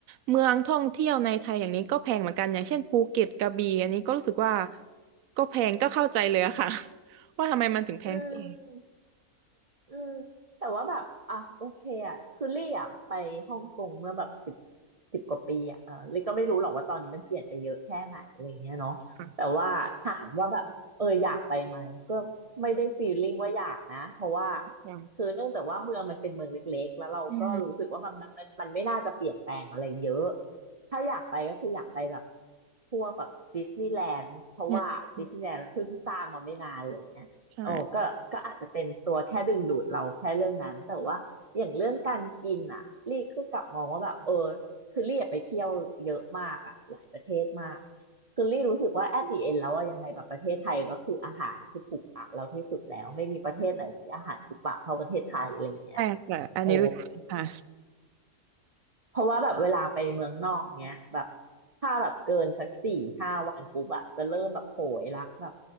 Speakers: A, on the right; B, on the right.
A: เมืองท่องเที่ยวในไทยอย่างนี้ก็แพงเหมือนกันอย่างเช่นภูเก็ตกระบี่อันนี้ก็รู้สึกว่าก็แพงก็เข้าใจเลยอะค่ะ <laughs> ว่าทำไมมันถึงแพงขึ้น
B: อืมอืมแต่ว่าแบบอ่ะโอเคอ่ะคือลี่อ่ะไปฮ่องกงเมื่อแบบสิบสิบกว่าปีอ่ะเออลี่ก็ไม่รู้หรอกว่าตอนนี้มันเปลี่ยนไปเยอะแค่ไหนอะไรเงี้ยเนาะแต่ว่าถามว่าแบบเอออยากไปไหมก็ไม่ได้ฟีลลิ่งว่าอยากนะเพราะว่า
A: ค่ะค่ะ
B: คือเนื่องจากว่าเมืองมันเป็นเมืองเล็กๆแล้วเราก็รู้สึกว่ามันมันมันมันไม่น่าจะเปลี่ยนแปลงอะไรเยอะ
A: อืม
B: ถ้าอยากไปก็คืออยากไปแบบพวกแบบดิสนีย์แลนด์เพราะว่าดิสนีย์แลนด์มันเพิ่งสร้างมาไม่นานอะไรเงี้ย
A: อืมใช่
B: โอ้ก็ก็อาจจะเป็นตัวแค่ดึงดูดเราแค่เรื่องนั้นแต่ว่าอย่างเรื่องการกินอ่ะลี่ก็กลับมองว่าแบบเออคือลี่อะไปเที่ยวเยอะมากอ่ะหลายประเทศมากคือลี่รู้สึกว่า at the end แล้วอะยังไงแบบประเทศไทยก็คืออาหารคือถูกปากเราที่สุดแล้วไม่มีประเทศไหนที่อาหารถูกปากเท่าประเทศไทยอะไรอย่างเงี้ย
A: แต่แต่อันนี้เลยค่ะ
B: โอ้ เพราะว่าแบบเวลาไปเมืองนอกเนี้ยแบบถ้าแบบเกินสักสี่ห้าวันปุ๊บอะจะเริ่มแบบโหยละแบบ